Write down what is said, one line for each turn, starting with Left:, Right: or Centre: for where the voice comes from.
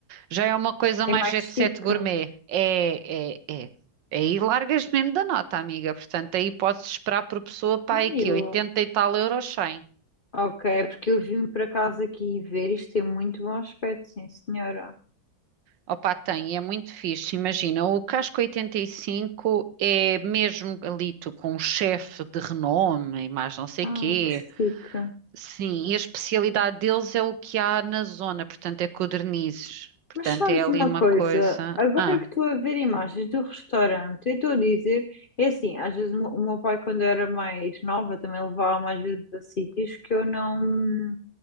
Right: Já é uma coisa
Left: É
Right: mais
Left: mais
Right: jet
Left: chique.
Right: set gourmet. É, é, é. Aí largas mesmo da nota, amiga. Portanto, aí podes esperar por pessoa para
Left: Ai,
Right: aí que
Left: eu...
Right: 80 e tal euros 100.
Left: Ok, é porque eu vim para casa aqui ver, isto tem muito bom aspecto, sim, senhora.
Right: Opa, tem, é muito fixe. Imagina, o Casco 85 é mesmo ali tu, com um chefe de renome e mais não sei
Left: Ah,
Right: quê.
Left: que chique.
Right: Sim, e a especialidade deles é o que há na zona, portanto é codornizes. Portanto
Left: Mas sabes
Right: é ali
Left: uma
Right: uma
Left: coisa?
Right: coisa.
Left: Agora
Right: Ah,
Left: que estou a ver imagens do restaurante, eu estou a dizer, é assim, às vezes o meu o meu pai, quando era mais nova, também levava-me às vezes a sítios que eu não,